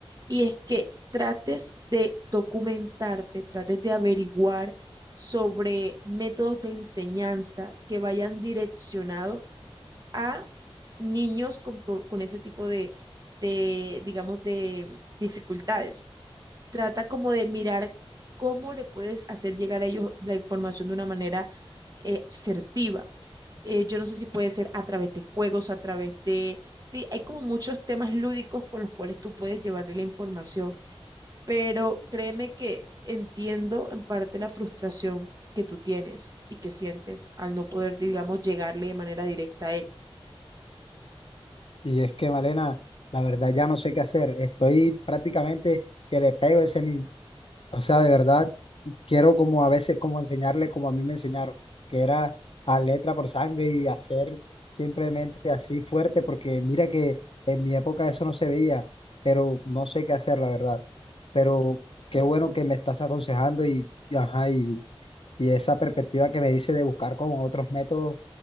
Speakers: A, on the right (about 40°); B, on the left (about 65°).
A: y es que trates de documentarte, trates de averiguar sobre métodos de enseñanza que vayan direccionados a niños con, pro- con ese tipo de, de, digamos, de dificultades. Trata como de mirar cómo le puedes hacer llegar a ellos la información de una manera eh, asertiva eh, yo no sé si puede ser a través de juegos, a través de... Sí, hay como muchos temas lúdicos con los cuales tú puedes llevarle la información, pero créeme que entiendo en parte la frustración que tú tienes y que sientes al no poder, digamos, llegarle de manera directa a él.
B: Y es que, Malena, la verdad ya no sé qué hacer. Estoy prácticamente que le pego a ese niño. O sea, de verdad, quiero como a veces, como enseñarle como a mí me enseñaron, que era a letra por sangre y hacer simplemente así fuerte, porque mira que en mi época eso no se veía, pero no sé qué hacer, la verdad. Pero qué bueno que me estás aconsejando y, y ajá, y y esa perspectiva que me dice de buscar con otros métodos,